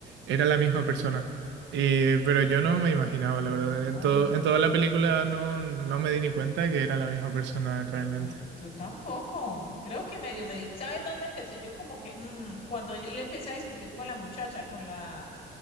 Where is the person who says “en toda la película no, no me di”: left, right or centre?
Right